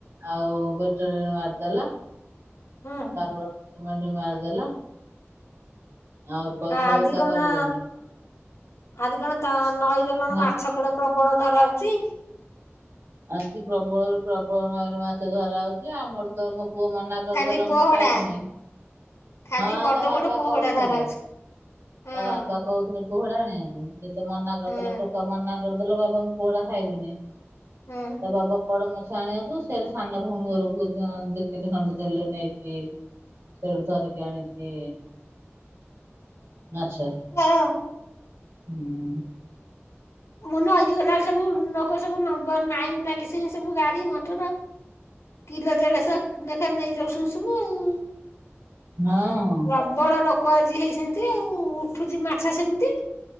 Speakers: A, on the right; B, on the left.
A: ଆଉ <unintelligible> ମାରିଦେଲା।
B: ହୁଁ
A: ତାପରେ ଅଏଣ୍ଟମେଣ୍ଟ ମାରିଦେଲା। ଆଉ କହିଥିଲା
B: ଆ ଆଜି
A: ଓଦା
B: କଣ
A: କରିବନି।
B: ଆଜି କଣ ତା ନଈରେ କଣ
A: ହଁ
B: ମାଛ କୁଆଡେ ପ୍ରବଳ ଧରା ହଉଛି?
A: ଆଜି ପ୍ରବଳରୁୁ ପ୍ରବଳ ନଈରେ ମାଛ ଧରା ହଉଛି ଆମର ତ ମୋ ପୁଅ ମନା କରିଦେଲା
B: ଖାଲି ପୋହଡା
A: ମୁଁ ଖାଇବିନେଇ,
B: ଖାଲି
A: ହଁ
B: ବଡ
A: ତା ବାବା
B: ବଡ ପୋହଡା
A: କହୁଥିଲେ
B: ଧରା ହଉଛି ହଁ
A: ତା ବାବା କହୁଥିଲେ ପୋହୋଳା ଆଣିଆକୁ ଏତ ମନା କରିଦେଲେ
B: ହୁଁ
A: ଟୋକ ମନା କରିଦେଲା ବାବା ମୁଁ ପୋହୋଳା ଖାଇବିନି,
B: ହୁଁ
A: ତା ବାବା ବଡ ମାଛ <unintelligible> କୁୁ ସେରା ସାନ ଭଉଣୀ ଘରକୁ ଆଁ ଦି-କେଜି ଖଣ୍ଡେ ଦେଲେ ନେଇକି। ସେଠୁ ଧରିକି ଆଣିକି ମାଛ।
B: ହଁ
A: ହୁଁ।
B: ମୁ ନଈକି ଗଲାବେଳୁ ସବୁ ନୋକ ସବୁ ନମ୍ବର ନାଇନ ଲାଗିସି ସବୁ ଗାଡି, ମଟର। କିଲୋ, ଦେଢ଼ଶହ ନେଖା ନେଇଯାଉସୁନ ସବୁ ଆଉ!
A: ହଁ।
B: ପ୍ରବଳ ଲୋକ ଆଜି ହେଇସିନ୍ତି ଆଉ, ଉଠୁଛି ମାଛ ସେମିତି।